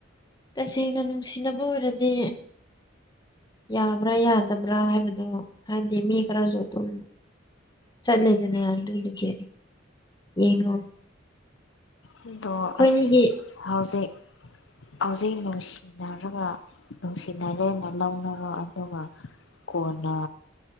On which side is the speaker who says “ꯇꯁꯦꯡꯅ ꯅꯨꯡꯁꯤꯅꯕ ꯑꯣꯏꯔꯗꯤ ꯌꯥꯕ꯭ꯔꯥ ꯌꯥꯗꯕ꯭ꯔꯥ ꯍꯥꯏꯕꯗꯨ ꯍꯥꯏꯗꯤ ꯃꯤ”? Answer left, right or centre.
Left